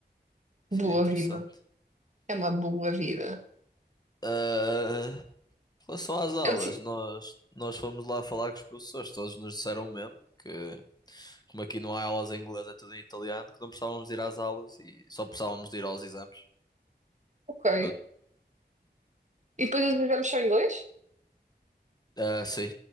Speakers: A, on the left (about 25°); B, on the right (about 45°).
A: Sido
B: boa
A: interessante.
B: vida. É uma boa vida.
A: Ah, em relação às aulas,
B: É um... ti-
A: nós, nós fomos lá falar com os professores, todos nos disseram o mesmo que, como aqui não há aulas em inglês, é tudo em italiano, que não precisávamos de ir às aulas e só precisávamos de ir aos exames.
B: Ok.
A: Eu-
B: E depois os exames são em inglês?
A: Ah, sim.